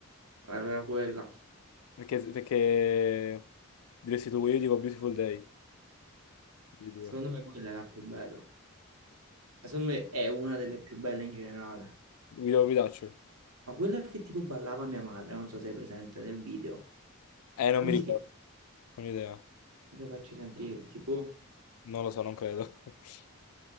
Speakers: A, on the right; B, on the left.
A: era quella.
B: eh, Perché, perché... Diresti tu Guido, io dico Beautiful Day, di due.
A: Secondo me quella è la più bella. Ma Secondo me è una delle più belle in generale.
B: Guido o Guidaucio?
A: Ma quella che tipo ballava mia madre, non so se è presente nel video.
B: Eh, non
A: Come
B: mi ricordo,
A: si chiama?
B: non ho idea.
A: Te faccio sentire, si può?
B: Non lo so, non credo. <laughs>